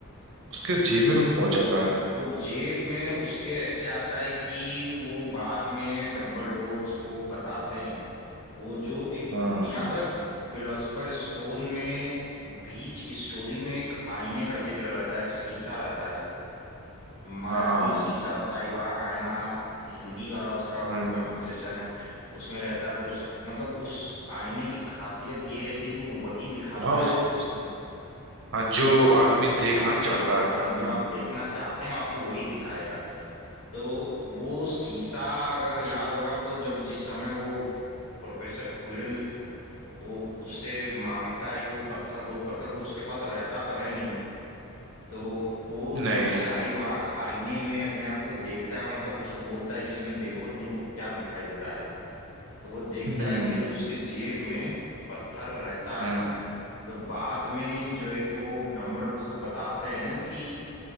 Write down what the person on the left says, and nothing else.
वो जेब में उसके ऐसे आता है कि वो बाद में डंबलडोर उसको बताते हैं वो जो एक
याद है फिलोसफर स्टोन में बीच स्टोरी में एक आईने का जिक्र रहता है एक शीशा रहता है मायावी
शीशा शाहीबाग आईना हिंदी वाला उसका
वो कन्वर्सेशन है उसमें रहता है तो उस मतलब उस आईने की खासियत ये रहती है कि वो वही दिखाता
है
जो
आप
चाहते
हैं
हाँ जो आप देखना चाहते हैं वो आपको वही दिखाएगा तो वो शीशा अगर याद होगा तो जब जिस समय वो प्रोफेसर क्विरल वो उससे मांगता है कि वो पत्थर दो पत्थर तो उसके पास रहता तो है नहीं तो वो
जब शाहीबाग आईने में अपने आप को देखता है मतलब उसको बोलता है कि इसमें देखो तुमको क्या दिखाई देता है तो वो देखता
है कि उसके जेब में पत्थर रहता
है तो बाद में जो है कि वो डम्बलडोर उसको बताते हैं ना कि